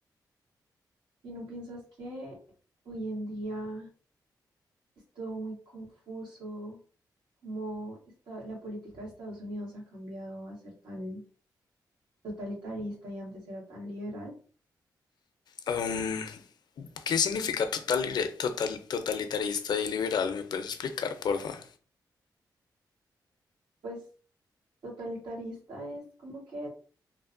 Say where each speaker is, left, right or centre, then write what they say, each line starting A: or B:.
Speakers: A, on the right (about 85°); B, on the left (about 65°).
A: ¿Y no piensas que hoy en día es todo muy confuso? Como está, la política de Estados Unidos ha cambiado a ser tan totalitarista y antes era tan liberal?
B: Am, ¿qué significa totalire- total- totalitarista y liberal? ¿Me puedes explicar, porfa?
A: Pues totalitarista es como que